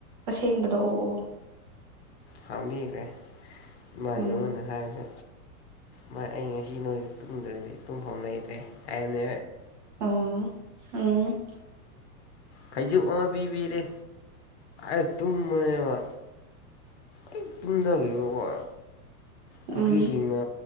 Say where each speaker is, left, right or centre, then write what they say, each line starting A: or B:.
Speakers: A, on the right; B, on the left.
A: ꯑꯁꯦꯡꯕꯗ ꯑꯣ ꯑꯣ
B: ꯍꯕꯤ ꯀꯦ ꯃꯥꯟꯅ
A: ꯎꯝ
B: ꯃꯥꯅ ꯍꯥꯏꯁꯦ ꯃꯥ ꯑꯩ ꯉꯁꯤ ꯅꯣꯏꯗ ꯇꯨꯝꯗ꯭ꯔꯗꯤ ꯇꯨꯝꯐꯝꯥꯎ ꯂꯩꯇ꯭ꯔꯦ ꯍꯥꯏꯕꯅꯦ
A: ꯑ ꯑ
B: ꯈꯩꯖꯣꯛ ꯑꯃ ꯄꯤꯕꯤꯔꯦ ꯑ ꯇꯨꯝꯃꯅꯦꯕ ꯑꯩ ꯇꯨꯝꯅꯈꯤꯕꯀꯣ ꯀꯨꯀꯤꯁꯤꯡꯅ
A: ꯎꯝ